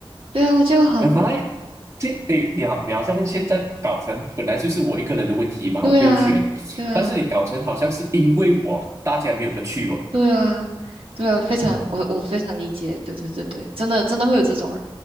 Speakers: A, on the right (about 75°); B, on the right (about 30°).
A: 对啊，就很
B: 哎妈呀，这对你好，你好像现在搞成本来就是我一个人的问题嘛，
A: 对啊，
B: 我不要去而已，
A: 对啊。
B: 但是你搞成好像是因为我大家没有得去哦。
A: 对啊，对啊，非常，我我非常理解，对对对对，真的真的会有这种人，